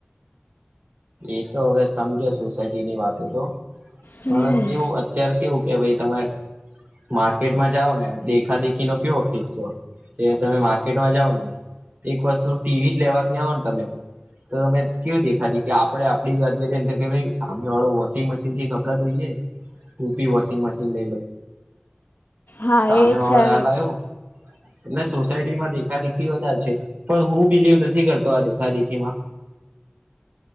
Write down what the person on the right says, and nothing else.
એતો હવે સમજે સોસાયટી ની વાતો તો
પણ કેવું અત્યાર કેવું કે ભાઈ તમે માર્કેટમાં જાવ ને દેખા દેખી નો કેવો કિસ્સો કે તમે માર્કેટમાં જાવ ને એક વસ્તુ ટીવી જ લેવા ગયા હો ને તમે તો તમે કેવું દેખા દે કે આપડે આપડી ગદી એ કે સામે વાળો વોશિંગ મશીન થી કપડા ધોઈએે તુંબી વોશિંગ મશીન લઈલે
સામે
વાળો
હાલ આવ્યો એટલે સોસાયટીમાં દેખા દેખી વધારે છે પણ હું બિલીવ નથી કરતો આ દેખા દેખીમાં